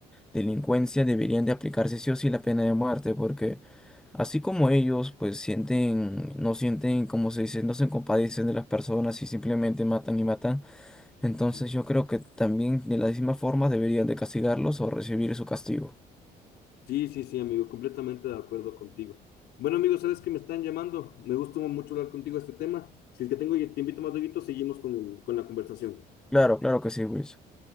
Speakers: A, in the centre; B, on the left.
A: delincuencia deberían de aplicarse sí o sí la pena de muerte, porque así como ellos pues sienten, no sienten, como se dice, no se compadecen de las personas y simplemente matan y matan. Entonces
B: ujú.
A: yo creo que también de la misma forma deberían de castigarlos o recibir su castigo.
B: Sí, sí, sí, amigo, completamente de acuerdo contigo. Bueno, amigo, sabes que me están llamando. Me gustó mucho hablar contigo de este tema. Si es que tengo, te invito más, Dieguito, seguimos con el, con la conversación.
A: Claro, claro que sí, Wilson.